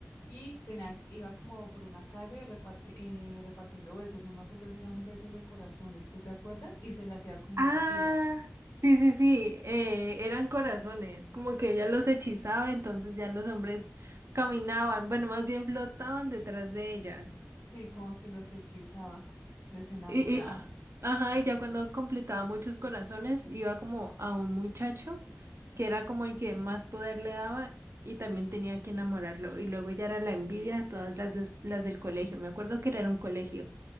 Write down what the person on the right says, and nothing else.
Ah,
sí, sí, sí, eh, eran corazones, como que ella los hechizaba, entonces ya los hombres caminaban, bueno, más bien flotaban detrás de ella.
Y, y, ajá, y ya cuando completaba muchos corazones, iba como a un muchacho que era como el que más poder le daba y también tenía que enamorarlo. Y luego ya era la envidia de todas las, des- las del colegio, me acuerdo que era en un colegio.